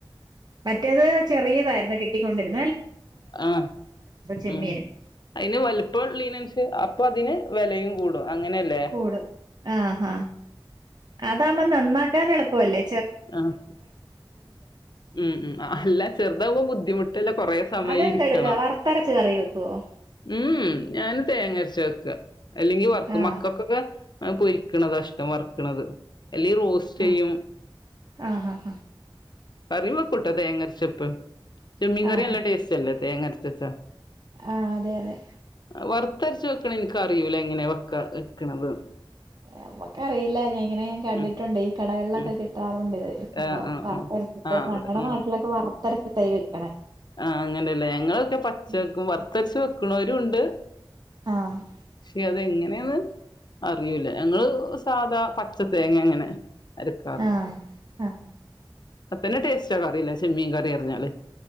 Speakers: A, on the right; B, on the left.
A: മറ്റേത് ചെറിയതായിരുന്നു കിട്ടിക്കൊണ്ടിരുന്ന
B: ആഹ
A: ചെമ്മീന്
B: ഉം അതിന് വലുപ്പീനസ അപ്പൊ അതിന് വെലയും കൂടും അങ്ങനെയല്ലേ
A: കൂടും ആഹ് ഹാ അതാമ്മം നന്നാക്കാൻ എളുപ്പവല്ലേ
B: ആഹ് ഉം ഉം അ ഹ അല്ല ചെറ്താവുമ്പോ ബുദ്ധിമുട്ടല്ല കൊറേ സമയരിക്കണം.
A: അതെന്താ എടുക്കുക വറുത്തരച്ച് കറി വെക്കുവോ
B: ഉം ഞാന് തേങ്ങ അരച്ചാ വെക്കാ അല്ലെങ്കി വർക്കും
A: ആഹ്
B: മക്കക്കൊക്കെ പൊരി ണതാഷ്ടം വർക്ക്ണത്. എല്ലീ റോസ്റ്റ് ചെയ്യും.
A: ആഹ് ആഹ് ആഹ് ആഹ്
B: കറി വെക്കുട്ടോ തേങ്ങരച്ച്പ്പൊ ചെമ്മീൻ കറി
A: ആഹ് ആഹ്
B: നല്ല ടേസ്റ്റല്ലെ തേങ്ങ അരച്ച് വെച്ചോ
A: ആഹ് അതെതെ
B: വറുത്തരച്ച് വെക്ക്‌ണെ ഇൻക്കറിയൂല ഏങ്ങനെ വെക്കാ വെക്ക്‌ണത്
A: ഞമ്മക്കറിയില്ല ഞാങ്ങനെ ഞാൻ കണ്ടിട്ടുണ്ട്
B: ഉം
A: ഈ കടകളിലൊക്കെ
B: ഉം
A: കിട്ടാറുണ്ട് സംഭവം
B: ആഹ് ആഹ്
A: വറത്തരച്ചിട്ട്
B: ആഹ് ആഹ് അവിടെ
A: ഞങ്ങളെ
B: ഉം
A: നാട്ടിലൊക്കെ വർ <unintelligible>
B: ആഹ് അങ്ങനെല്ലെ ഞങ്ങളൊക്കെ പച്ചക്കും
A: ഉം
B: വറുത്തരച്ചും വെക്ക്‌ ക്ക്‌ണോരൂണ്ട്
A: ആഹ്
B: ക്ഷെ അതെങ്ങെ <unintelligible> അറിയൂല്ല ഞങ്ങള് സാധാ പച്ച തേങ്ങ അങ്ങനെ അത് <unintelligible>
A: ആഹ് ആഹ്
B: ഇപ്പൊ തന്നെ ടേസ്റ്റാ കറിയില്ല ചെമ്മീൻ കറി എറിഞ്ഞാല്